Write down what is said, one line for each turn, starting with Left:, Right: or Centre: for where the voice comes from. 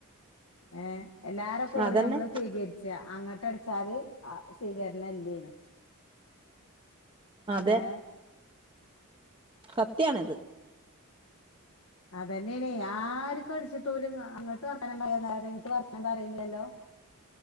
Left: ഏഹ് എല്ലാര കോള്
Right: അതന്നെ
Left: നമ്മള് സ്വീക ച്ച അങ്ങട്ടട്ച്ചാല് ആഹ് സ്വീകരണം ഇല്ലേനും
Right: അതെ
Left: ഏ
Right: സത്യാണിത്.
Left: അതന്നെയാണെ ആര്ക്കും അടിച്ചിട്ട് ഓലും അങ്ങട്ട് വർത്താനം <unintelligible> പറയണിലല്ലോ?